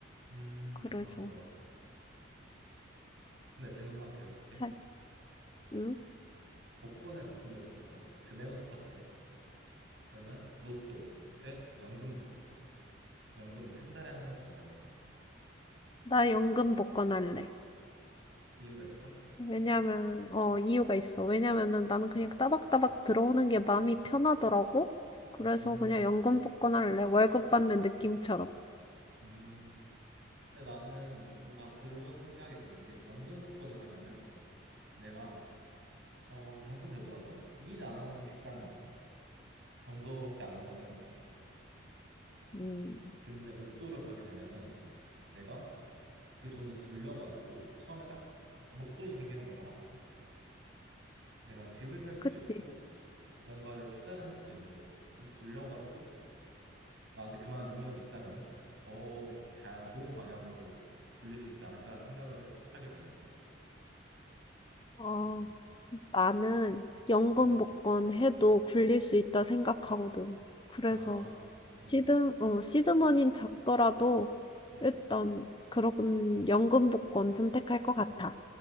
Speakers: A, on the right; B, on the left.
A: 음,
B: 그래서,
A: 맞아, 맞아. 근데 질문 하나 더 해볼게.
B: 자, 응?
A: 복권에 당첨될 수 있어. 금액은 똑같아. 그러면 로또 대 연금 복권. 연금 이제 한 달에 한 번씩 나오는 거.
B: 나 연금 복권 할래.
A: 이유가 있어?
B: 왜냐면, 어, 이유가 있어. 왜냐면은 나는 그냥 따박따박 들어오는 게 마음이 편하더라고. 그래서
A: 음,
B: 그냥 연금 복권할래. 월급 받는 느낌처럼.
A: 음. 근데 나는 뭔가 그런 생각이 드는 게 연금 복권을 하면은 내가 어 당첨되더라도 일 안 하는 직장인 정도밖에 안 된다고 생각해.
B: 음,
A: 근데 로또를 하게 되면은 내가 그 돈을 굴려가지고 처음에 딱 목돈이 생기는 거잖아. 내가 집을 살 수도
B: 그치.
A: 있고 뭔가를 투자를 할 수도 있는 거고 좀 굴려가지고 나한테 그만한 능력이 있다면은 더 잘 좋은 방향으로 굴릴 수 있지 않을까라는 생각을 하게 되네.
B: 어,
A: 음.
B: 나는 연금
A: 어.
B: 복권 해도 굴릴 수 있다 생각하거든. 그래서
A: 아. 어.
B: 시드, 어, 시드머니는 작더라도
A: 음.
B: 일단 그런 연금 복권 선택할 것 같아.